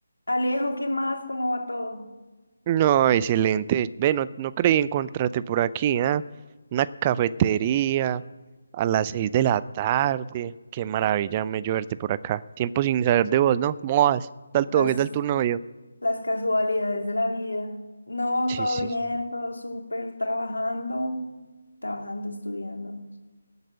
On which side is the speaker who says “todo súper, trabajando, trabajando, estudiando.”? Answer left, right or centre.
Left